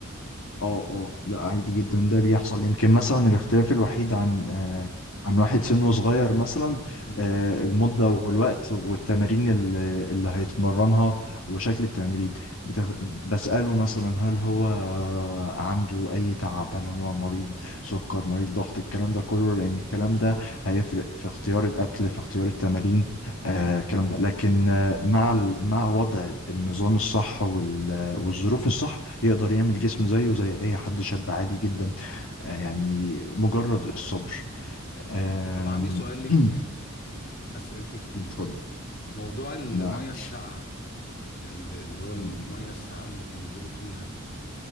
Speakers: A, on the left (about 70°); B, on the left (about 45°).
A: اه اه لا عادي جدا ده بيحصل يمكن مثلا الاختلاف الوحيد عن آه عن واحد سنه صغير مثلا
B: امم
A: آه المدة والوقت والتمارين اللي, اللي هيتمرنها وشكل التمرين بتغ... بسأله مثلا هل هو آه، عنده أي تعب هل هو مريض سكر مريض ضغط الكلام ده كله لأن الكلام ده هيفرق في اختيار الأكل في اختيار التمارين آه
B: امم
A: الكلام ده لكن آه مع ال... مع وضع النظام الصح وال... والظروف الصح يقدر يعمل جسم زيه زي اي حد شاب عادي جدا آه، يعني مجرد الصبر آم،
B: طب عندي سؤال ليك
A: <clears throat>
B: تاني أسئلتي كتير
A: اتفضل
B: موضوع المية
A: ده عايش
B: الساقعة ال- اللي هو المية
A: م- م.
B: الساقعة اللي بينزلوا فيها